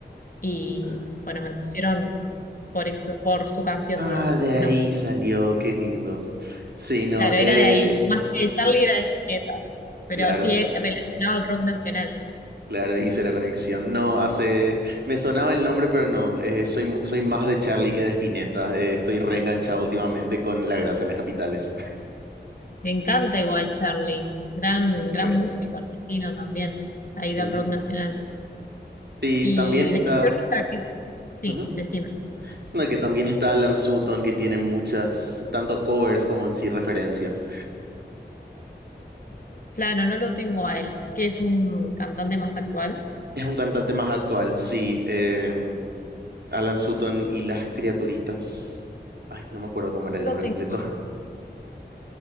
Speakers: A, on the left; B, on the right.
A: y
B: Ah,
A: bueno, me pusieron por eso, por su canción,
B: ah,
A: digamos,
B: de
A: ese
B: ahí
A: nombre.
B: salió, qué lindo. Sí, no,
A: Claro, era
B: eh,
A: de ahí. Más que Charlie era de Spinetta. Pero
B: claro.
A: sí es relacionado al rock nacional, digamos.
B: Claro, hice la conexión. No, hace. Me sonaba el nombre, pero no. eh, soy, mu- soy más de Charlie que de Spinetta. eh, estoy reenganchado últimamente con La Grasa de las Capitales. <laughs>
A: Me encanta igual Charlie. Gran, gran
B: Re.
A: músico argentino también. Ahí del
B: Ujú.
A: rock nacional.
B: Sí,
A: Y
B: también está.
A: de histórica, ¿qué? sí,
B: ujú.
A: decime.
B: No, que también está Alan Sutton, que tiene muchas, tanto covers como en sí referencias.
A: Claro, no lo tengo a él, que es un cantante más actual.
B: Es un cantante más actual, sí. em, Alan Sutton y las criaturitas. Ay, no me acuerdo cómo era el
A: No
B: nombre
A: lo tengo.
B: completo. <laughs>